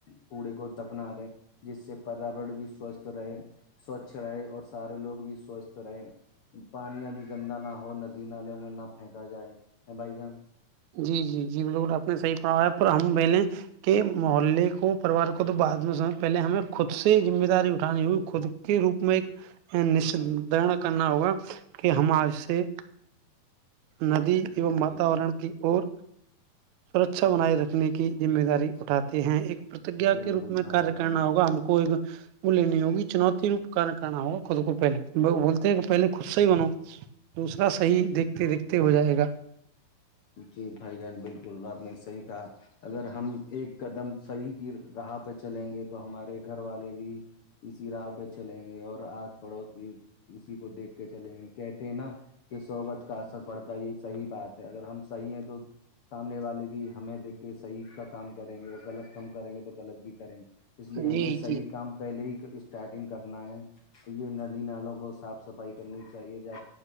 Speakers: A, on the left; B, on the right.
A: کوڑے کو دفنا دیں جس سے پریاور بھی سوستھ رہے سوچھ رہے اور سارے لوگ بھی سوستھ رہیں پانی ا بھیھی گندا نہ ہو ندی نالوں میں نہ پھینکا جائے ا بائی جان
B: جی جی جی بالکل آپ نے صحیح پڑھایا پر ہم پہل کہ محلے کو پریوار کو تو بعد میں س پہلے ہمیں خود سے ذمہ داری اٹھانی ہوئی خود کے روپ میں ایک ن در کرنا ہوگا کہ ہمار سے ندی ای
A: جی
B: واتاورن
A: جی
B: اور سرھا بنائے رکھنے کی ذمہ داری اٹھاتے ہیں ایک ا
A: بالکل
B: کے روپ میں
A: بھائی
B: کار
A: جان
B: کرنا ہوگا ہم کو ایک وہ لینی ہوگی چنوتی روپ کن کرنا ہوگا خود کو پہل بولتے ہیں کہ پہلے خود سے ہی بنو دوسرا صحیح دیکھتے دیکھتے ہو جائے گا
A: جی بھائی جہن بالکل بپ نے صحیح کہا اگر ہم ایک قدم صحیح راہ پہ چلیں گے تو ہمارے گھر والے بھی اسی راہ پہ چلیں گے اور آس پڑوس بھی اسی کو دیکھ کے چلیں گے کہتے ہیں نا کہ سوگت کا اثر پڑتا ہے یہ صحی بات ہے اگر ہم صحیح ہیں تو سامنے والے بھی ہمیں دیکھ کے صحیح کا کام کریں گے اور غلط کام کریں گے تو غلط بھی کریں گے اس لیے ہمیں
B: جی
A: صحیح
B: جی
A: کام پہلے ہی اسٹارٹنگ کرنا ہے یہ ندی نالوں کو صاف سفائی کرنی چاہیے ج